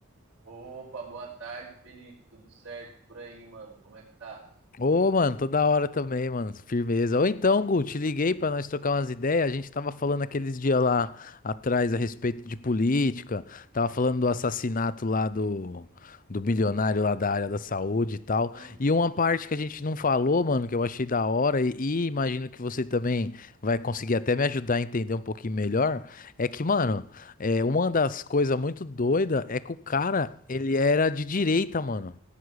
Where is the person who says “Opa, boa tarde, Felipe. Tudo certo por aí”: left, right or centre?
Right